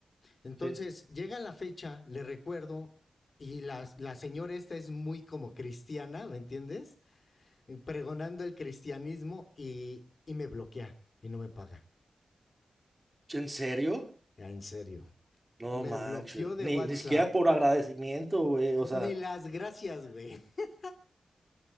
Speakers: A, on the left; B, on the right.
A: Entonces,
B: Sí.
A: llega la fecha, le recuerdo, y la, la señora esta es muy como cristiana, ¿me entiendes? Eh, Pregonando el cristianismo y, y me bloquea y no me paga.
B: ¿En serio?
A: Ah, En serio.
B: No
A: Me
B: manches.
A: bloqueó de
B: Ni,
A: WhatsApp.
B: ni siquiera por agradecimiento, güey. O sea,
A: Ni las gracias, güey. <laughs>